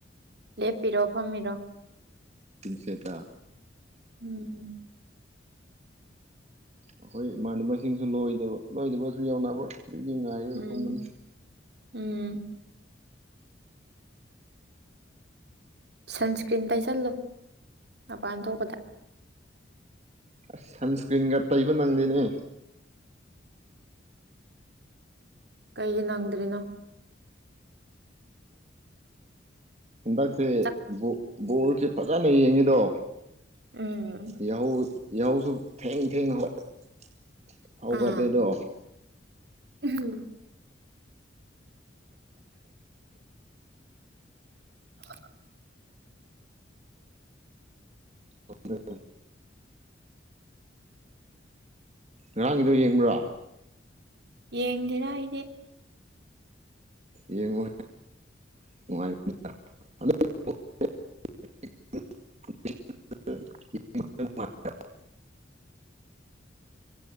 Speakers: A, on the right; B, on the right.
A: ꯂꯦꯞꯄꯤꯔꯣ ꯐꯝꯃꯤꯔꯣ
B: ꯁꯦꯗ
A: ꯎꯝ
B: ꯑꯩꯈꯣꯏ ꯏꯃꯅꯕ ꯃꯁꯤꯡꯁꯨ ꯂꯣꯏꯗꯕ ꯂꯣꯏꯗꯕꯁꯨ ꯌꯥꯎꯅꯕ ꯉꯥꯏꯂ
A: ꯎꯝ
B: ꯄ ꯃꯅꯤ
A: ꯎꯝ ꯁꯟꯁꯀ꯭ꯔꯤꯟ ꯇꯩꯁꯜꯂꯨ ꯃꯄꯥꯟ ꯊꯣꯛꯄꯗ
B: ꯑꯁ ꯁꯟꯁꯀ꯭ꯔꯤꯟꯒ ꯇꯩꯕ ꯅꯪꯗꯦꯅꯦ
A: ꯀꯩꯒꯤ ꯅꯪꯗ꯭ꯔꯤꯅꯣ
B: ꯍꯟꯗꯛꯁꯦ
A: ꯆꯥꯛ
B: ꯕꯣꯜꯁꯦ ꯐꯖꯅ ꯌꯦꯡꯉꯤꯗꯣ
A: ꯎꯝ
B: ꯌꯥꯍ ꯌꯥꯍꯧꯁꯨ ꯊꯦꯡ ꯊꯦꯡ ꯍ ꯍꯧꯒꯠꯂꯦꯗꯣ
A: ꯑꯥ ꯎꯝ ꯫
B: ꯍꯣꯏ꯫ ꯉꯔꯥꯡꯒꯤꯗꯣ ꯌꯦꯡꯕ꯭ꯔꯥ꯫
A: ꯌꯦꯡꯗꯅ ꯏꯗꯤ꯫
B: ꯌꯦꯡꯉꯨ ꯅꯨꯡꯉꯥꯏ꯫ <unintelligible> <inaudible>